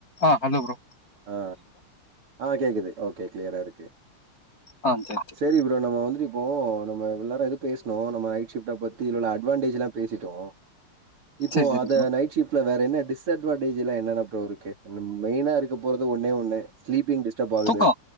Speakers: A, on the left; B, on the right.
A: ஆ hello bro
B: ஆ ஆ கேக்குது ஓகே கிளியரா இருக்கு
A: ஆ சரி சரி
B: சேரி ப்ரோ நம்ம வந்துட்டு இப்போ நம்ம இவ்ளோ நேரோ எதோ பேசுணோ நம்ம நைட் ஷிஃப்ட பத் தி இதுல உள்ள அட்வான்டேஜ் எல்லா பேசிட்டோ இப்போ
A: சரி சரி
B: அத
A: ப்ரோ
B: நைட் ஷிஃப்ட்ல வேற என்ன டிஸ்அட் வான்டேஜ் எல்லா என்னென்ன ப்ரோ இருக்கு மெய்னா இருக்க போறது ஒன்னே ஒன்னு ஸ்லீப்பிங் டி ஸ்டர்ப் ஆகுது
A: தூக்கோ